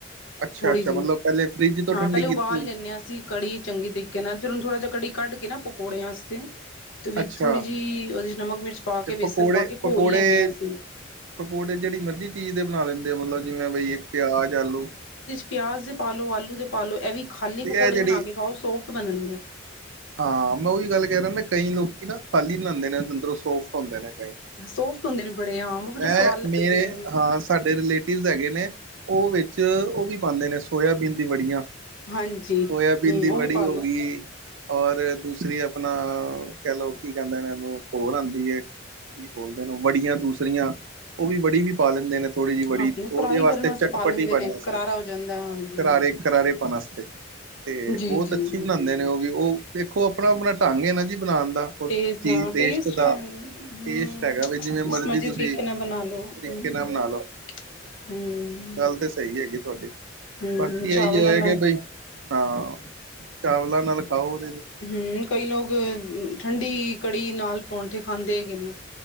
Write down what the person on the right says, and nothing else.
ਅੱਛਾ
ਅੱਛਾ
ਮਤਲਬ ਪਹਿਲੇ ਫਰਿੱਜ ਤੋਂ
ਠੰਡੀ
ਕੀਤੀ
ਹੋਈ
ਅੱਛਾ
ਤੇ
ਪਕੌੜੇ
ਪਕੌੜੇ
ਪਕੌੜੇ ਜਿਹੜੀ ਮਰਜ਼ੀ ਚੀਜ਼ ਦੇ ਬਣਾ ਲੈਂਦੇ ਓ, ਮਤਲਬ ਜਿਵੇਂ ਵਈ, ਪਿਆਜ, ਆਲੂ।
ਤੇ
ਇਹ ਜਿਹੜੀ
ਹਾਂ, ਮੈਂ ਉਹੀ ਗੱਲ ਕਹਿ ਰਿਹਾ ਨਾ, ਕਈ ਲੋਕੀ ਨਾ ਖਾਲੀ ਬਣਾਦੇ ਨੇ ਅੰਦਰੋਂ ਸੋਫਟ ਹੁੰਦੇ ਨੇ ਕਈ।
ਮੈਂ-ਮੇਰੇ
ਹਾਂ, ਸਾਡੇ ਰਿਲੇ ਟਿਵਸ ਹੈਗੇ ਨੇ, ਉਹ ਵਿੱਚ ਉਹ ਵੀ ਪਾਂਦੇ ਨੇ ਸੋਇਆਬੀਨ ਦੀ ਵੜੀਆਂ।
ਸੋਇਆਬੀਨ
ਦੀ
ਵੜੀ
ਹੋ ਗਈ। ਔਰ ਦੂਸਰੀ ਆਪਣਾ ਕਹਿ ਲੋਓ, ਕੀ ਕਹਿੰਦੇ ਨੇ ਉਹਨੂੰ ਹੋਰ ਆਦੀ ਏ। ਕੀ ਬੋਲਦੇ, ਓ ਵੜੀਆਂ ਦੂਸਰੀਆਂ ਉਹ ਵੀ ਵੜੀ ਵੀ ਪਾ ਲੈਂਦੇ ਨੇ। ਥੋੜ੍ਹੀ ਜਿਹੀ ਵੜੀ
ਉਹਦੇ
ਵਾਸਤੇ
ਚਟਪਟੀ
ਪੰਨ
ਆਸਤੇ,
ਹਾਂ
ਕਰਾਰੇ-ਕਰਾਰੇ ਪੰਨ ਆਸਤੇ। ਤੇ
ਬਹੁਤ
ਅੱਛੀ ਬਣਾਦੇ ਨੇ ਉਹ ਵੀ, ਉਹ ਦੇਖੋ ਆਪਣਾ-ਆਪਣਾ ਢੰਗ ਏ ਨਾ ਜੀ ਬਣਾਣ ਦਾ। ਹੋਰ
ਚੀਜ਼
ਟੇਸਟ ਦਾ,
ਟੇਸਟ ਹੈਗਾ ਵੀ ਜਿਵੇਂ ਮਰਜ਼ੀ
ਤੁਸੀਂ
ਤੇ
ਕੇ ਨਾਮ ਨਾ ਲੋ
ਗੱਲ ਤੇ ਸਹੀ ਹੈਗੀ, ਤੁਹਾਡੀ
ਬਾਕੀ
ਏਹੀ ਹੈ,
ਕਿ ਬਈ ਹਾਂ ਚਾਵਲਾਂ ਨਾਲ ਖਾਓ ਉ